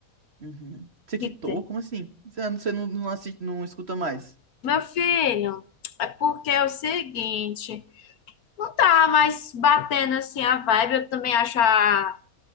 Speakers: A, on the right; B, on the left.
A: Uhum. Você
B: Quitei.
A: quitou? Como assim? Você, você não, não, assiste, não escuta mais?
B: Meu filho, é porque é o seguinte, não tá mais batendo assim a vibe. Eu também acho a-